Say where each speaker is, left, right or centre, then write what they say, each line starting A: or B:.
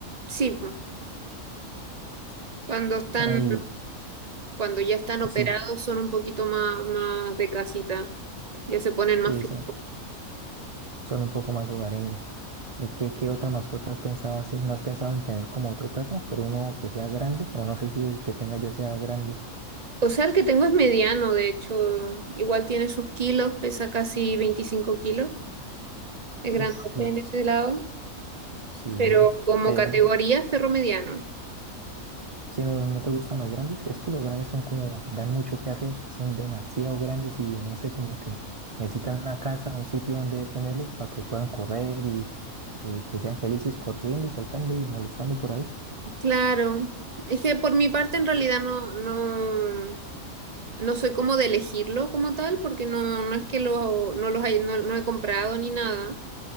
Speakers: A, on the right; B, on the right.
A: Sí, Cuando están,
B: ahí
A: cuando ya están operados,
B: sí,
A: son un poquito más, más de casita, ya se ponen más
B: sí,
A: flacos.
B: sí, son, son un poco más hogareños. ¿Y qué, qué otra mascota has pensado así? ¿No has pensado en tener como otro perro, pero uno que sea grande? O no sé si el que tenga ya sea grande.
A: O sea, el que tengo es mediano, de hecho, igual tiene sus kilos, pesa casi 25 kilos, es
B: Uf,
A: grandote
B: sí,
A: en ese lado,
B: sí,
A: pero como
B: eh,
A: categoría es perro mediano.
B: Si no, no te gustan los grandes, es que los grandes son como, dan mucho que hacer, son demasiado grandes y no sé, como que necesitan una casa, un sitio donde tenerlo para que puedan correr y, y que sean felices corriendo y saltando y molestando por ahí.
A: Claro, es que por mi parte en realidad no, no, no soy como de elegirlo como tal, porque no, no es que lo, no los hay- no, no he comprado ni nada,